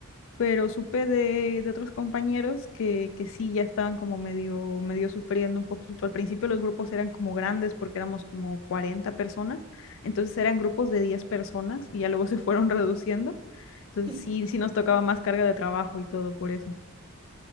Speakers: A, on the left; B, on the right.
A: pero supe de, de otros compañeros que, que sí, ya estaban como medio, medio sufriendo un poquito. Al principio los grupos eran como grandes porque éramos como 40 personas, entonces eran grupos de 10 personas y ya luego <laughs> se fueron reduciendo. Entonces
B: <laughs>
A: sí, sí
B: Sí,
A: nos
B: claro.
A: tocaba más carga de trabajo y todo por eso.